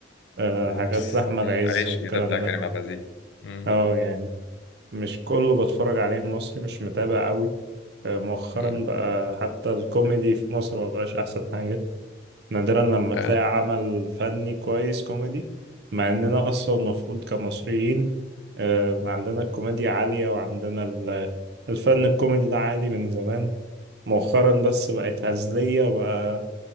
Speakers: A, on the right; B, on the left.
A: أه،
B: اوبس
A: حاجات لأحمد عز
B: عيش
A: والكلام
B: ده بتاع
A: ده
B: كريم عبد العزيز مم.
A: اه يعني مش كله بتفرج عليه المصري مش متابع قوي أه، مؤخرا
B: مم.
A: بقى حتى الكوميدي في مصر مبقاش أحسن حاجة نادرا لما
B: فعلا
A: تلاقي عمل فني كويس كوميدي مع اننا اصلا المفروض كمصريين آه، عندنا الكوميديا عالية وعندنا ال- الفن الكوميدي ده عالي من زمان مؤخرا بس بقت هزلية وبقى